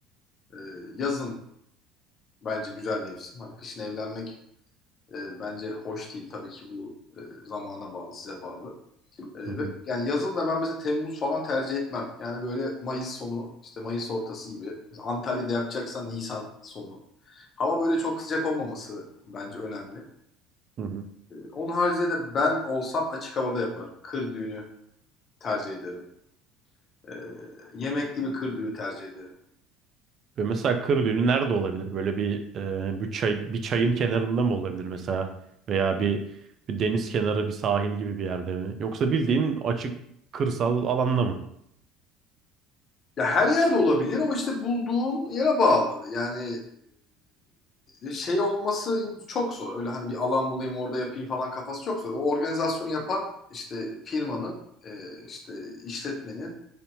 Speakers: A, on the left; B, on the right.
A: e, yazın bence güzel mevsim. Hani kışın evlenmek e, bence hoş değil tabii ki bu e, zamana bağlı, size bağlı. E,
B: Hı hı.
A: ve yani yazın da ben mesela Temmuz falan tercih etmem. Yani böyle Mayıs sonu, işte Mayıs ortası gibi. Mesela Antalya'da yapacaksan Nisan sonu. Hava böyle çok sıcak olmaması bence önemli.
B: hı hı.
A: Onun haricinde de ben olsam açık havada yaparım. Kır düğünü tercih ederim. Ee, yemekli bir kır düğünü tercih ederim.
B: Böyle mesela kır düğünü nerede olabilir? Böyle bir e, bir çay bir çayın kenarında mı olabilir mesela? Veya bir, bir deniz kenarı, bir sahil gibi bir yerde mi? Yoksa bildiğin açık kırsal alanda mı?
A: Ya her yerde olabilir ama işte bulduğun yere bağlı. Yani ee, şey olması çok zor. Öyle hani bir alan bulayım orada yapayım falan kafası çok zor. O organizasyonu yapan işte firmanın ee, işte işletmenin